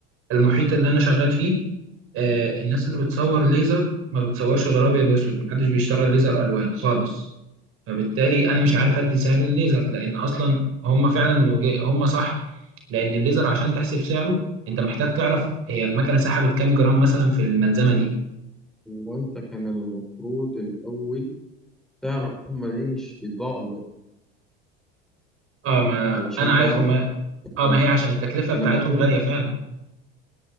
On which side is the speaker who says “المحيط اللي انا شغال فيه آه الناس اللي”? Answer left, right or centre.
Right